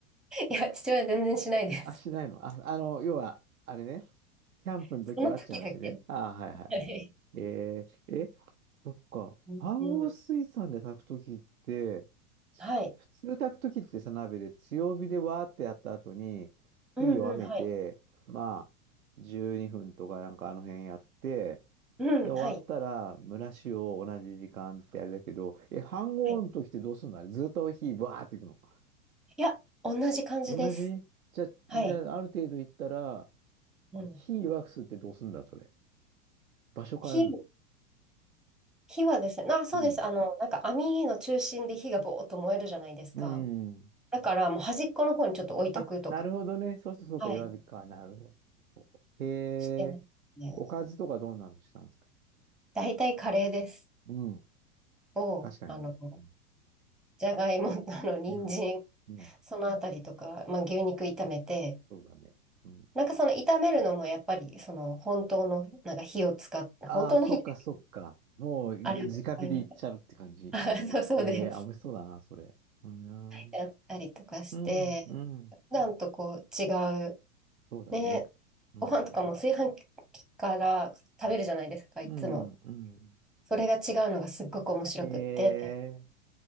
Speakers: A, in the centre; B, on the right.
A: <laughs> いや、父親全然しないです。
B: あ、しないの。あ、あの、要は、あれね。キャンプの時はって話ね。
A: <laughs> その時だけ。
B: ああ、はいはいはい。
A: はい。
B: えー、え、そっか。
A: うんうん。
B: 半合水産で炊く時って、
A: はい。
B: 普通炊く時ってさ、鍋で強火でわーってやった後に、
A: うんうん、
B: 火弱めて、
A: はい。
B: まあ、12分とかなんかあの辺やって、
A: うん、
B: で、終わったら、
A: はい。
B: 蒸らしを同じ時間ってあれだけど、え、飯合の時ってどうすんのあれずっと火わーっていくの。
A: はい。いや、同じ感じです。
B: 同じじゃ、
A: はい。
B: じゃあ、ある程度いったら、
A: うん。
B: あれ、火弱くすってどうすんだ、それ。場所変えるの。
A: 火、火はですね、あ、そうです。
B: うん。
A: あの、なんか網の中心で火がぼーっと燃えるじゃないですか。
B: うん。
A: だからもう端っこの方にちょっと置いとくとか、
B: あ、なるほどね。そうするとそうか、
A: はい、
B: 弱火か。なるほど。へえ。
A: してますね。
B: おかずとかどうなのしたんですか
A: 大体カレーです。
B: うん。
A: を、
B: 確かにね。
A: あの、
B: うん。
A: じゃがいも、<laughs> あの、人参、
B: うん。うん。
A: そのあたりとか、まあ、牛肉炒めて、
B: そうだね。うん。
A: なんかその炒めるのもやっぱり、その本当の、なんか火を使って、
B: ああ、
A: 本当の火って、
B: そっか、そっか。もう、直火でいっちゃうって感じ。
A: あれを使いながら、<laughs> あそうそうです。
B: ええー、あ、美味しそうだな、それ。うん。
A: やったりとかして、
B: うん、うん。
A: 普段とこう違う、
B: そうだね。
A: ね、
B: うん。
A: ご飯とかも炊飯器から食べるじゃないですか、
B: うんうん、
A: いつも。
B: うん。
A: それが違うのがすっごく面白くって。
B: ええー、